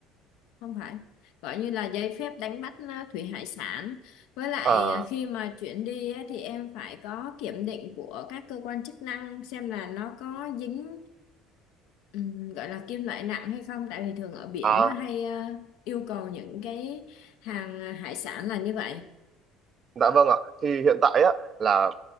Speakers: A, on the left (about 70°); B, on the right (about 45°).
A: không phải gọi như là giấy phép đánh bắt à, thủy hải sản với lại
B: à
A: à, khi mà chuyển đi á, thì em phải có kiểm định của các cơ quan chức năng xem là nó có dính ừm, gọi là kim loại nặng hay không tại vì thường ở biển
B: à
A: nó hay à, yêu cầu những cái hàng à, hải sản là như vậy
B: Dạ vâng ạ. Thì hiện tại á là